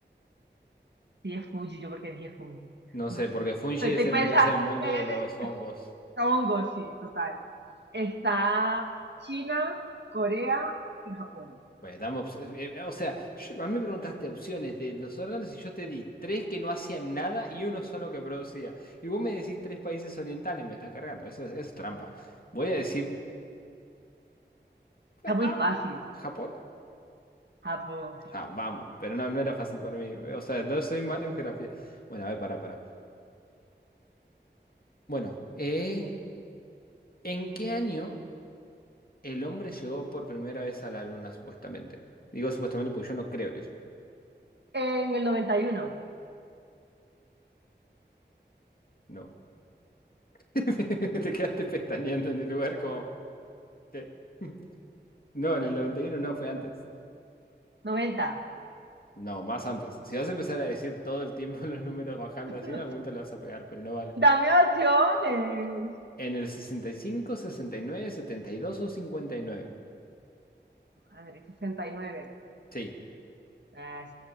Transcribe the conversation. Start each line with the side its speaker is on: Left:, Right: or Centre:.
Right: Sí, es Fuji, yo porque dije Fuji.
Left: No
Right: No
Left: sé,
Right: sé.
Left: porque Fuji
Right: Estoy, estoy
Left: es el,
Right: pensando.
Left: es el mundo
Right: eh,
Left: de los hongos.
Right: hongo, sí, total. Está China, Corea y Japón.
Left: Bueno, dame ops- eh, eh, o sea, yo- a mí me preguntaste opciones de los órganos y yo te di tres que no hacían nada y uno solo que producía. Y vos me decís tres países orientales, me está cargando. Eso, es- eso es trampa. Voy a decir...
Right: Está muy
Left: ah,
Right: fácil.
Left: Japón.
Right: Japón, Japón.
Left: Ah, vamos, pero no, no era fácil para mí. O sea, no soy malo en geografía. Bueno, a ver, para, para. bueno, eh, ¿en qué año el hombre llegó por primera vez a la luna, supuestamente? Digo supuestamente porque yo no creo en eso.
Right: En el noventa y uno.
Left: No. <laughs> Te quedaste pestañeando en el lugar como... ¿Qué? <laughs> No, en el 91 no, fue antes.
Right: Noventa.
Left: No, más antes. Si vas a empezar a decir todo el tiempo <laughs> los números bajando
Right: <laughs>
Left: así, en algún momento le vas a pegar, pero no vale.
Right: Dame opciones.
Left: En el sesenta sesenta y y cinco, sesenta y nueve, setenta y dos o 59.
Right: Madre, 69.
Left: Sí.
Right: Ah,